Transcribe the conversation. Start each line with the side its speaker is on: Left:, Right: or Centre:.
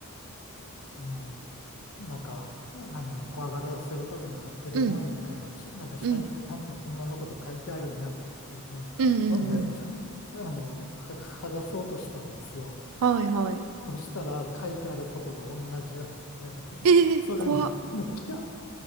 Left: ーあのーなんか、あのー怖がらせるために貼ってるもんやから、
Right: うん、
Left: しなんか下にちゃんとほんまのこと書いてあるんやってっていうね。
Right: うん、うん、
Left: なんで、
Right: うん、
Left: あ
Right: うん。
Left: のーは剥がそうとしたんですよ。
Right: はい、はい。
Left: そしたら書いてあることが同じやって、
Right: えー、
Left: それで、
Right: 怖っ。
Left: なきゃ